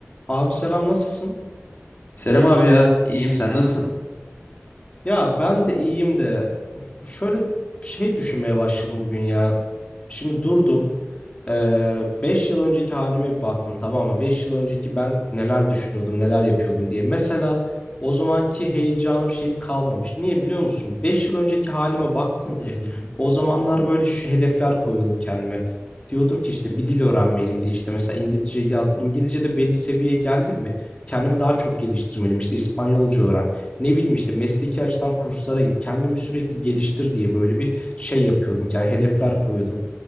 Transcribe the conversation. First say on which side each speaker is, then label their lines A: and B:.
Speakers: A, on the left; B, on the left.
A: Abi selam nasılsın?
B: Serem abi ya, iyiyim sen nasılsın?
A: Ya ben de iyiyim de şöyle bir şey düşünmeye başladım bugün ya. Şimdi durdum. Ee, 5 yıl önceki halime bir baktım tamam mı? 5 yıl önceki ben neler düşünüyordum, neler yapıyordum diye. Mesela o zamanki heyecanım şeyim kalmamış. Niye biliyor musun? 5 yıl önceki halime baktım
B: Hı
A: bir.
B: hı,
A: O zamanlar böyle şu hedefler koyuyordum kendime. Diyordum ki işte bir dil öğrenmeliyim diye işte mesela İngilizce yazdım. İngilizce'de belli seviyeye geldim mi? Kendimi daha çok geliştirmeliyim. İşte İspanyolca öğren. Ne bileyim işte mesleki açıdan kurslara git. Kendimi sürekli geliştir diye böyle bir şey yapıyordum. Yani hedefler
B: hı hı.
A: koyuyordum.